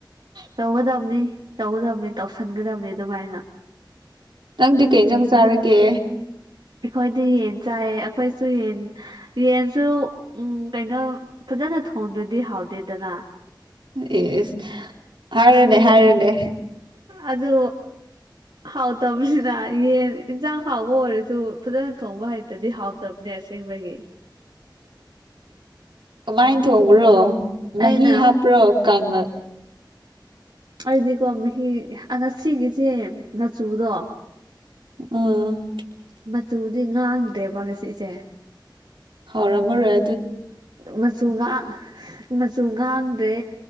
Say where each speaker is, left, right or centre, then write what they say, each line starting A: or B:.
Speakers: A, on the right (about 70°); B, on the right (about 85°).
A: ꯇꯧꯒꯗꯕꯅꯤ ꯇꯧꯒꯗꯕꯅꯤ ꯇꯧꯁꯤꯟꯒꯗꯕꯅꯤ ꯑꯗꯨꯃꯥꯏꯅ
B: ꯅꯪꯗꯤ ꯀꯩ ꯆꯪ ꯆꯥꯔꯒꯦ
A: ꯑꯩꯈꯣꯏꯗꯤ ꯌꯦꯟ ꯆꯥꯏꯌꯦ ꯑꯩꯈꯣꯏꯁꯨ ꯌꯦꯟ ꯌꯦꯟꯁꯨ ꯎꯝ ꯀꯩꯅꯣ ꯐꯖꯅ ꯍꯣꯡꯗꯗꯤ ꯍꯥꯎꯗꯦꯗꯅ
B: ꯌꯦꯁ ꯍꯥꯏꯔꯅꯦ ꯍꯥꯏꯔꯅꯦ
A: ꯑꯗ
B: <unintelligible> <inaudible>
A: ꯍꯥꯎꯇꯕꯁꯤꯅ ꯌꯦꯟ ꯏꯟꯁꯥꯡ ꯍꯥꯎꯕ ꯑꯣꯏꯔꯁꯨ ꯐꯖꯅ ꯊꯣꯡꯕ ꯍꯩꯇꯗꯤ ꯍꯥꯎꯗꯕꯅꯦ ꯑꯁꯦꯡ ꯕꯒꯤ
B: ꯀꯃꯥꯏꯅ ꯊꯣꯡꯕ꯭ꯔꯣ ꯃꯍꯤ
A: ꯑꯩꯅ
B: ꯍꯥꯞꯄ꯭ꯔꯣ ꯀꯥꯡꯅ
A: ꯑꯗꯨꯗꯤꯀꯣ ꯃꯤ ꯉꯁꯤꯒꯤꯁꯦ ꯃꯆꯨꯗꯣ
B: ꯎꯝ
A: ꯃꯆꯨꯗꯤ ꯉꯥꯡꯗ꯭ꯔꯦꯕ ꯉꯁꯤꯁꯦ
B: ꯍꯥꯎꯔ ꯑꯃ ꯔ
A: ꯃꯆꯨꯉꯥ ꯃꯆꯨ ꯉꯥꯡꯗ꯭ꯔꯦ